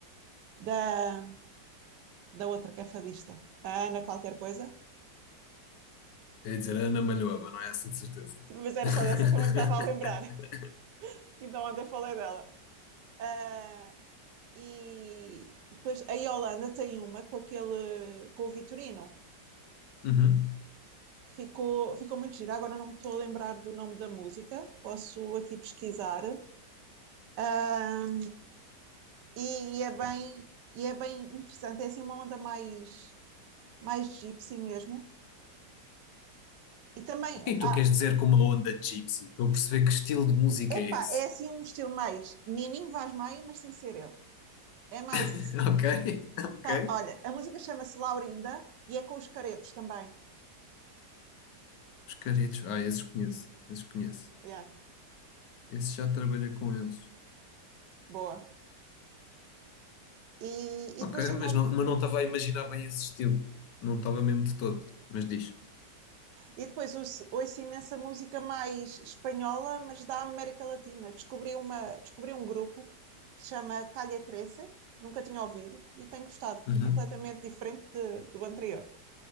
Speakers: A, on the right (about 75°); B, on the left (about 75°).
A: da, da outra que é fadista, a Ana qualquer coisa,
B: É dizer Ana Malhoa, mas não é essa de certeza.
A: mas era
B: <laughs>
A: só dessa que também me estava a lembrar, <laughs> então ontem falei dela. Ah, e depois a Yolanda tem uma com aquele, com o Vitorino,
B: Uhum.
A: que ficou, ficou muito gira, agora não me estou a lembrar do nome da música, posso aqui pesquisar. Ah, e, e é bem, e é bem interessante, é assim uma onda mais, mais gypsy mesmo. E também,
B: O que é que tu
A: ah,
B: queres dizer com uma onda gypsy? Para eu perceber que estilo de música
A: epá,
B: é esse.
A: é assim um estilo mais Nininho Vaz Maia, mas sem ser ele. É mais
B: <laughs>
A: isso.
B: Ok, ok.
A: Tá, olha, a música chama-se Laurinda e é com os caretos também.
B: Os caretos. Ah, esses conheço. Esses conheço.
A: Yeah,
B: Esses já trabalhei com eles.
A: boa. E, e
B: Ok,
A: depois tenho,
B: mas não, mas não estava a imaginar bem esse estilo. Não estava mesmo de todo. Mas diz.
A: e depois ouço, ouço imensa música mais espanhola, mas da América Latina. Descobri, uma, descobri um grupo que se chama Calle 13, nunca tinha ouvido e tenho gostado.
B: Uhum.
A: É completamente diferente de- do anterior,